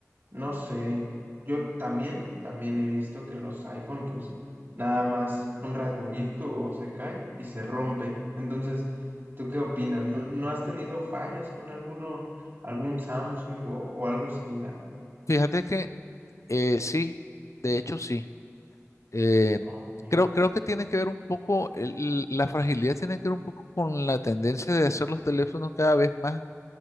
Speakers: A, on the right; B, on the left.
A: no sé, yo también, también he visto que los iPhone, pues nada más un rasguñito o se cae y se rompe. Entonces, ¿tú qué opinas? ¿No, no has tenido fallas con alguno, algún Samsung o, o algo similar?
B: Fíjate que eh, sí, de hecho sí. Eh,
A: Ok,
B: creo, creo que tiene que ver un poco, el- la fragilidad tiene que ver un poco con la tendencia de hacer los teléfonos cada vez más.